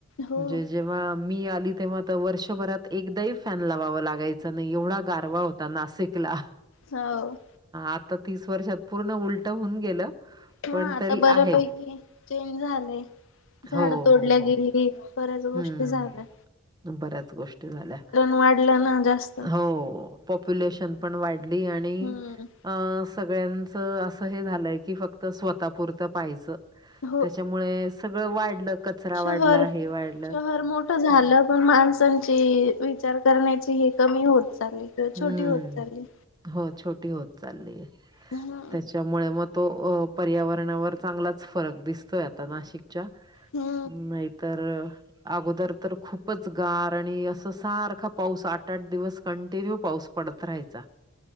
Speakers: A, on the left (about 65°); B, on the right (about 20°).
A: हो.
B: म्हणजे जेव्हा मी आली तेव्हा तर वर्षभरात एकदाहि फॅन लावाव लागयचं नाही एवढा गार गारवा होता नाशिकला,
A: हो
B: आता तीस वर्षात पूर्ण उलट होऊन गेलं.
A: हा
B: पण
A: आता
B: तरी
A: बऱ्यापैकी
B: आहे.
A: चेंज झालंय, झाड
B: हो,
A: तोडल्या
B: हो, हो.
A: गेली. बऱ्याच गोष्टी
B: हम्म,
A: झालंय.
B: बऱ्याच गोष्टी झाल्या,
A: वाढलं ना जास्त.
B: हो. पॉप्युलेशन पण वाढली आणि,
A: हम्म
B: आ सगळ्यान च अस हे झालंय की फक्त स्वतःपुरतं पाहायचं.
A: हो
B: त्याच्यामुळे सगळं वाढलं कचरा वाढला
A: शहर
B: हे वाढ
A: शहर मोठं झालं पण माणसांची विचार करण्याची कमी होत चालली किंवा
B: हम्म.
A: छोटी होत चालली.
B: हो छोटी होत चाललीय,
A: हम्म
B: त्याच्या त्यामुळे म तो पर्यावरणावर चांगलाच फरक दिसतोय आता नाशिकच्या.
A: हो.
B: नाहीतर, अगोदर तर खूपच गार आणि अस सारखा पाऊस आठ आठ दिवस कंटिन्यू पाऊस पडत राहायचा.